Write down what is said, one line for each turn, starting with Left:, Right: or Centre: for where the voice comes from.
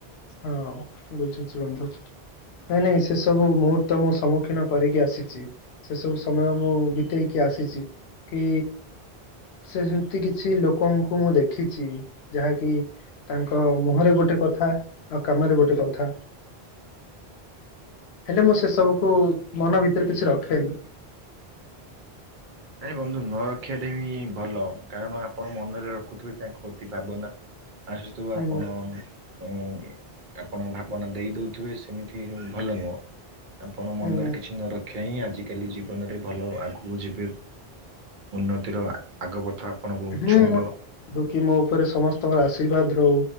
Left: ହଁ ବୁଝୁଛି ବନ୍ଧୁ । ନାଇଁ ନାଇଁ, ସେ ସବୁ ମୁହୂର୍ତ୍ତ ମୁଁ ସମ୍ମୁଖୀନ କରିକି ଆସିଛି । ସେ ସବୁ ସମୟ ମୁଁ ବିତେଇକି ଆସିଛି । କି ସେ ସେମତି କିଛି ଲୋକଙ୍କୁ ମୁଁ ଦେଖିଚି ଯାହାକି ତାଙ୍କ ମୁହଁରେ ଗୋ ଗୋଟେ କଥା ଆଉ କାମରେ ଗୋଟେ କଥା। ହେଲେ ମୁଁ ସେସବୁକୁ ମନ ଭିତରେ କିଛି ରଖେନି।
Right: ନାଇଁ ବନ୍ଧୁ ନ ରଖିବାଟା ହିଁ ଭଲ କାରଣ ଆପଣ ମନରେ ରଖୁଥିବେ ତାଙ୍କ ପ୍ରତି ଭାବନା ଆସୁଥୁବ
Left: ହୁଁ
Right: ଆପଣ ଉଁ ଆପଣ ଭାବନା ଦେଇଦୋଉଥୁବେ ସେମିତି ହିଁ ଭଲ ନୁହଁ। ଆପଣ
Left: ହୁଁ
Right: ମନରେ କିଛି ନ ରଖିବା ହିଁ ଆଜିକାଲି ଜୀବନରେ ଭଲ ଆଗକୁ ଯିବେ ଉନ୍ନତିର ଆଗ ପଥ ଆପଣଙ୍କୁ
Left: ହୁଁ
Right: ଛୁଇଁବ
Left: ରୋକି ମୋ ଉପରେ ସମସ୍ତଙ୍କର ଆଶୀର୍ବାଦ୍ ହୋଉ